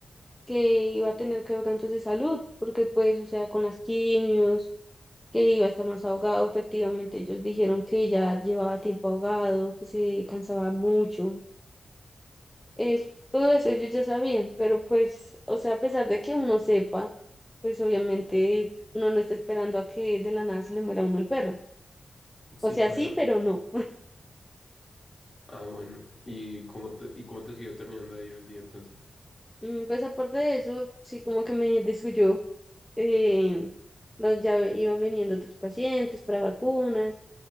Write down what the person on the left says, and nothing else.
Sí,
claro.
Ah, bueno. ¿Y cómo te, y cómo te siguió terminando de ir el día entonces?